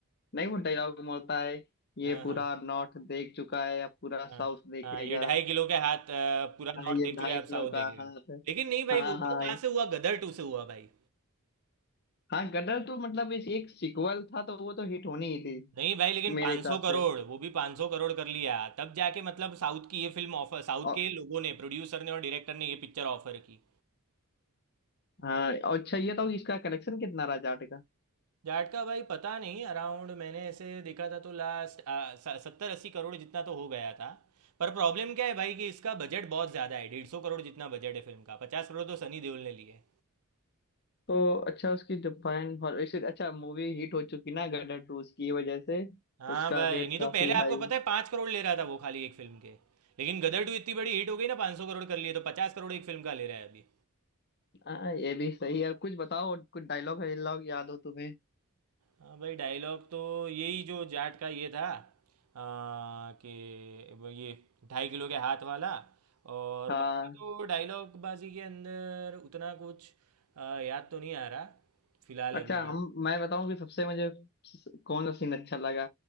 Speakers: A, on the left; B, on the right.
A: नहीं वो डायलॉग बोलता है ये
B: हाँ
A: पूरा
B: हाँ
A: नॉर्थ देख चुका है अब पूरा
B: हाँ
A: साउथ देखेगा
B: हाँ ये ढाई किलो के हाथ अ, पूरा
A: हाँ,
B: नॉर्थ
A: ये
B: देख
A: ढाई
B: चुका है
A: किलो
B: अब साउथ देखेगा
A: का हाथ है।
B: लेकिन नहीं भाई
A: हाँ
B: वो तो
A: हाँ
B: कहाँ
A: हाँ
B: से हुआ गदर टू से हुआ भाई
A: हाँ, गदर तो मतलब इस एक सिक्वल था तो वो तो हिट होनी ही थी
B: नहीं भाई लेकिन
A: मेरे
B: 500
A: हिसाब
B: करोड़
A: से
B: वो भी 500 करोड़ कर लिया तब जाके मतलब साउथ की ये फिल्म ऑफर साउथ
A: और
B: के लोगों ने प्रोड्यूसर ने और डायरेक्टर ने ये पिक्चर ऑफर की
A: हाँ और अच्छा ये तो इसका कलेक्शन कितना रहा जाट
B: जाट का भाई पता नहीं अराउंड मैंने ऐसे देखा था तो लास्ट सत्तर अस्सी करोड़ जितना तो हो गया था पर प्रॉब्लम क्या है भाई कि इसका बजट बहुत ज़्यादा है डेढ़ सौ करोड़ जितना बजट है फिल्म का पचास करोड़ तो सनी देओल ने लिए
A: तो अच्छा उसकी जापान हॉल वैसे अच्छा मूवी हिट हो चुकी ना गदर टू उसकी वजह से
B: हाँ
A: उसका
B: भाई
A: रेट
B: नहीं
A: काफी
B: तो पहले आपको
A: हाई
B: पता है पाँच करोड़ ले रहा था वो खाली एक फिल्म के लेकिन गदर टू इतनी बड़ी हिट हो गई ना पाँच सौ करोड़ कर लिए तो पचास करोड़ एक फिल्म का ले रहा है अभी
A: हाँ हाँ, ये भी सही है कुछ बताओ कुछ डायलॉग वायलॉग याद हो तुम्हें
B: हाँ भाई डायलॉग तो यही जो जाट का ये था आ, कि वो ये ढाई किलो के हाथ वाला और
A: हाँ
B: बाकी तो डायलॉग बाजी के अंदर उतना कुछ आ, याद तो नहीं आ रहा फिलहाल
A: अच्छा
B: अभी के
A: हम मैं बताऊं कि सबसे मुझे स- कौन सा सीन अच्छा लगा